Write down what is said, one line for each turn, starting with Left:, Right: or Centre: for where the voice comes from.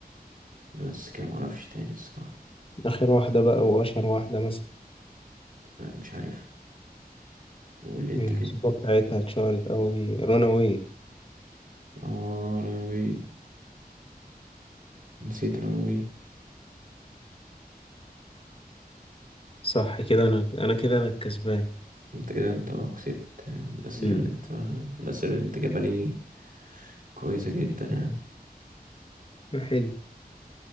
Right: بس كده معرفش تاني الصراحة
Left: آخر واحدة بقى وأشهر واحدة مثلا
Right: لا مش عارف قول لي أنت
Left: الموسيقى
Right: كده
Left: بتاعتها اتشهرت أوي راناوي
Right: آه رانوي نسيت رانوي
Left: صح كده أنا أنا كده أنا الكسبان
Right: أنت كده أنت كسبت يعني الأسئلة
Left: مم.
Right: اللي أنت الأسئلة اللي أنت جايبها لي كويسة جدا يعني
Left: حلو